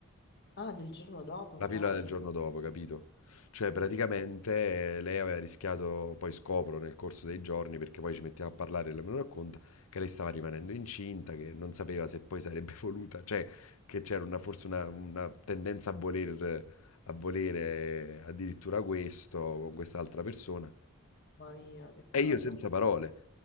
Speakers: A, on the left; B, on the left.
A: ah, del giorno dopo
B: La
A: proprio.
B: pillola del giorno dopo, capito? Cioè,
A: Ok.
B: praticamente eh, lei aveva rischiato, poi scopro nel corso dei giorni, perché poi ci mettiamo a parlare e lei me lo racconta, che lei stava rimanendo incinta, che non sapeva se poi sarebbe <laughs> voluta, cioè che c'era una- forse una, una tendenza a voler, a volere addirittura questo con quest'altra persona.
A: Mamma mia, che
B: E
A: cosa.
B: io senza parole.